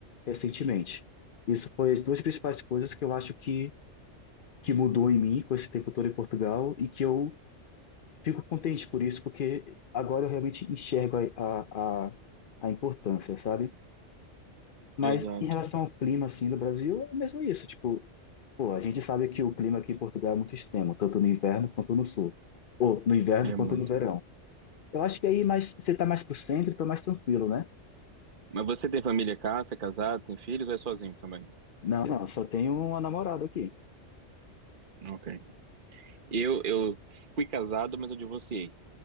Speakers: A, on the left (about 55°); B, on the right (about 45°).
A: recentemente. Isso foi as duas principais coisas que eu acho que que mudou em mim com esse tempo todo em Portugal e que eu fico contente por isso, porque agora eu realmente enxergo a, a, a, a importância, sabe? Mas
B: Exato,
A: em relação ao clima, assim, do Brasil, é mesmo isso. Tipo, pô, a gente sabe que o clima aqui em Portugal é muito extremo, tanto no inverno quanto no sul. Ou no inverno
B: é
A: quanto
B: muito.
A: no verão. Eu acho que aí mais, você tá mais pro centro, então mais tranquilo, né?
B: Mas você tem família cá, você é casado, tem filhos ou é sozinho também?
A: Não, não, só tenho uma namorada aqui.
B: Ok. Eu, eu fui casado, mas eu divorciei.